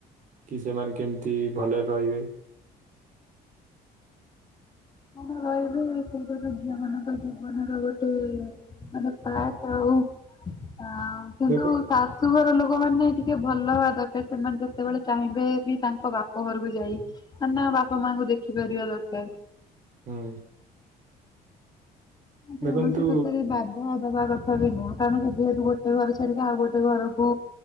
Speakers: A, on the right; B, on the left.
A: କି ସେମାନେ କେମିତି ଭଲରେ ରହିବେ।
B: ହୁଁ <inaudible> କଣ ରହିବେ ସେଇଟା ତ ଝିଅ ମାନଙ୍କ ଜୀବନର ଗୋଟେ ମାନେ ପାଟେ ଆଉ। ଆ କିନ୍ତୁ
A: ଦେଖ
B: ଶାଶୁ ଘର ଲୋ ଲୋକ ମାନେ ଟିକେ ଭଲ ହବା ଦରକାର ସେମାନେ ଯେତେବେଳେ ଚାହିଁବେ ବି ତାଙ୍କ ବାପ ଘରକୁ ଯାଇ <unintelligible> ବାପା ମାଆଙ୍କୁ ଦେଖିପାରିବା ଦରକାର।
A: ହୁଁ।
B: କୌଣସି
A: ଦେଖନ୍ତୁ
B: କଥାରେ ବାଧା ଦବା କ କଥା ବି ନୁହଁ କାରଣ ଯେହେତୁ ଗୋଟେ ଘର ଛାଡ଼ି କି ଆଉ ଗୋଟେ ଘରକୁ